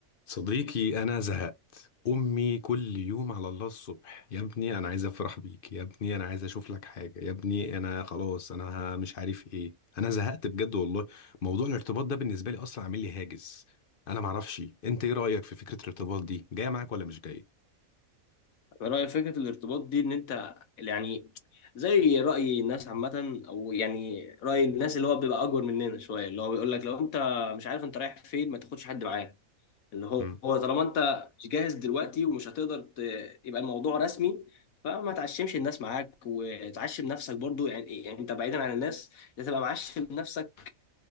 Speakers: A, on the left; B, on the left.
A: صديقي أنا زهقت أمي كل يوم على الله الصبح يا ابني أنا عايز أفرح بيك يا ابني أنا عايز أشوف لك حاجة يا ابني أنا خلاص أنا ه- مش عارف إيه أنا زهقت بجد والله موضوع الارتباط ده بالنسبة لي أصلا عامل لي هاجس أنا معرفش أنت إيه رأيك في فكرة الارتباط دي جاية معاك ولا مش جاية؟
B: رأي فكرة الارتباط دي إن أنت يعني زي رأي الناس عامة أو يعني رأي الناس اللي هو بيبقى أكبر مننا شوية اللي هو بيقول لك لو أنت مش عارف أنت رايح فين ما تاخدش حد معاك اللي هو
A: امم
B: هو طالما أنت مش جاهز دلوقتي ومش هتقدر ت... يبقى الموضوع رسمي فما تعشمش الناس معاك وتعشم نفسك برضو يعني إيه؟ يعني أنت بعيدا عن الناس أنت تبقى معشم نفسك